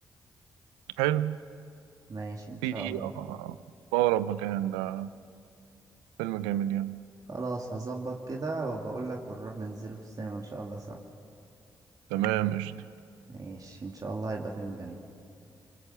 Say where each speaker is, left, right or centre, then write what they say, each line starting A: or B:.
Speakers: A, on the right (about 90°); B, on the right (about 45°).
A: حلو
B: ماشي ان
A: في
B: شاء الله
A: آه، اقرب مكان ده فيلم جامد يعني
B: خلاص هظبط كده وبقول لك ونروح ننزله في السينما ان شاء الله سوا
A: تمام قشطة
B: ماشي ان شاء الله هيبقى فيلم جميل